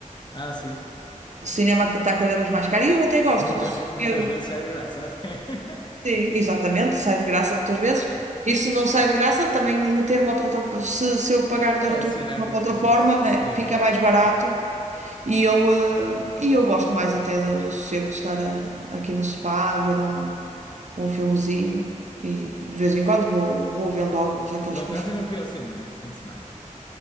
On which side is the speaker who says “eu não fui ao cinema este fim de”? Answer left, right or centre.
Left